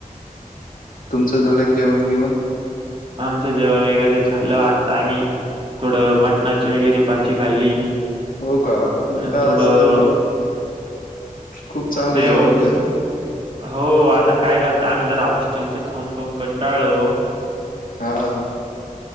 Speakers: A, on the left; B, on the right.
A: तुमचं झालं काय जेवण घेवण,
B: आमचं जेवण वगैरे झालं. आता आम्ही थोडं मटणाची वगैरे भाजी खाल्ली,
A: हो का, मग
B: आणि
A: काय
B: थोडं
A: असत. खूप खूप चांगलं
B: नाही हो
A: जेवण केलं. ते-
B: हो, आता काय करत. आम्ही जरा हॉस्टेलच खाऊन खाऊन कंटाळलो.
A: हा...